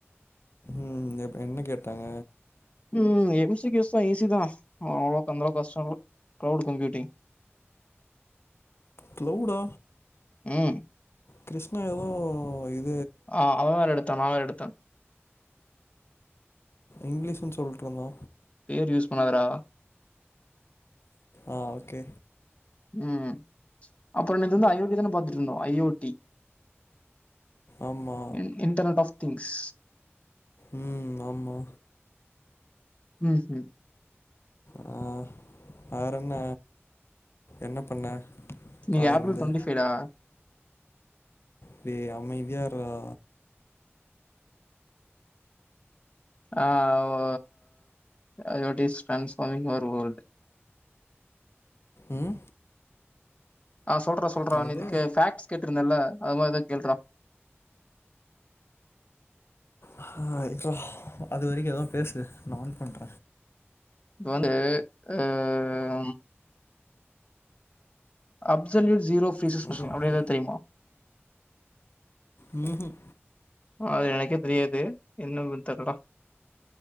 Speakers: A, on the left; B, on the left.
A: உம் இப் என்ன கேட்டாங்க
B: ம் எம்சிக்யூஸா ஈசிதா அவ்ளோக் அந்தளவுக்கஷ்டோ இல்ல க்ளெடு கம்ப்யூட்டிங்
A: க்ளெடா
B: ம்
A: கிருஷ்ணா எதோ இ
B: ஆ அவ வேறெடுத்தா நா வேறெடுத்த
A: இங்லீஷின் சொல்ட்ருந்தா
B: பேரு யூஸ் பண்ணாதரா
A: ஆ ஓகே
B: ம் அப்பற நேத்திந்த ஐ ஓ டி தான பாத்துட்ருந்தோ ஐ ஓ டி
A: ஆமா
B: இன் இன்டர்நல் டஃப் திங்ஸ்
A: ம் ஆமா
B: ம் ம்
A: ஆ வேறன்ன என்ன பண்ண
B: இன்னிக்கி
A: காலைலருந்து
B: ஏப்ரல் டொண்டி ஃபைடா
A: டேய் அமைதியார்ரா
B: ஆ ஓ ஐ ஓ டிஸ் டிரான்ஸ்பமிங் அவர் வோல்ட்
A: ம்
B: ஆ சொல்றா சொல்றா
A: என்னது
B: நேத்துக்கு ஃபேக்ஸ் கேட்ருந்தல்ல அதுமா என்னா கேள்றா
A: அ இர்றா அது வரிக்கு எதா பேசு நா ஆன் பண்ற
B: இதுவந்து அ ம் அப்சல்யு சீரோ பீசஸ்
A: வந்து
B: மிஷின்
A: என்னது
B: அப்டி எதாவ் தெரியுமா
A: உ ம்
B: அது எனக்கே தெரியாது இன்னு <unintelligible> தெர்லடா